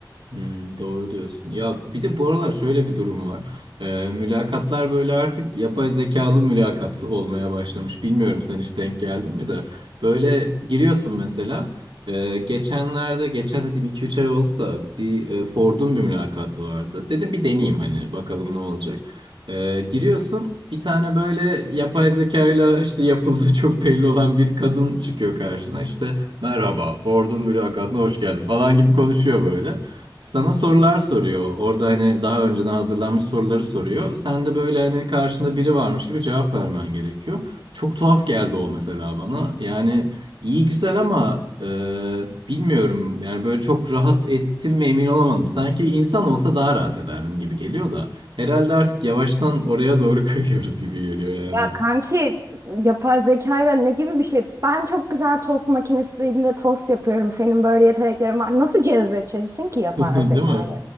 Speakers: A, on the right; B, on the right.
A: Hmm, doğru diyorsun. Ya bir de bu aralar şöyle bir durum var. Ee, mülakatlar böyle artık yapay zekalı mülakat olmaya başlamış. Bilmiyorum sen hiç denk geldin mi de. Böyle giriyorsun mesela. Ee, geçenlerde, geçen dediğim iki üç ay oldu da bir e, Ford'un bir mülakatı vardı. Dedim bir deneyeyim
B: Hı
A: hani bakalım ne olacak. Ee, giriyorsun bir tane böyle yapay zekayla işte yapıldığı <laughs> çok belli olan bir kadın çıkıyor karşına. İşte merhaba Ford'un mülakatına hoş geldin falan gibi konuşuyor böyle. Sana sorular soruyor. Orada hani daha önceden hazırlanmış soruları soruyor. Sen de böyle hani karşında biri varmış gibi cevap vermen gerekiyor. Çok tuhaf geldi o mesela bana. Yani iyi güzel ama e, bilmiyorum. Yani böyle çok rahat ettim mi emin olamadım. Sanki insan olsa daha rahat ederdim gibi geliyor da. Herhalde artık yavaştan oraya doğru <laughs> kayıyoruz gibi geliyor yani.
B: Ya kanki yapay zekayla ne gibi bir şey? Ben çok güzel tost makinesiyle tost yapıyorum. Senin böyle yeteneklerin var. Nasıl cezbedeceksin ki yapay
A: <laughs> Değil
B: zekayı?
A: mi?